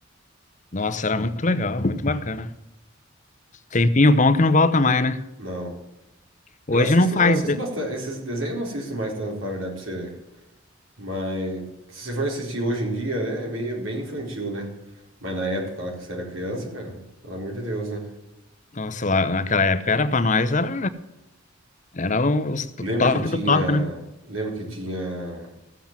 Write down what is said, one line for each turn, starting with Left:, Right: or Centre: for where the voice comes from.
Left: nossa, era muito legal, muito bacana. Tempinho bom que não volta mais, né?
Right: Não.
Left: Hoje
Right: Eu assisto,
Left: não faz.
Right: eu assisto
Left: de-
Right: bastante. Esses desenhos eu não assisto mais tanto, pra falar a verdade pra você, né? Mas se você for assistir hoje em dia, né? É meio bem infantil, né? Mas na época lá que você era criança, cara, pelo amor de Deus, né?
Left: Nossa, lá naquela época era pra nós, era. Era um, os
Right: Lembra
Left: top
Right: que tinha.
Left: do top, né?
Right: Lembra que tinha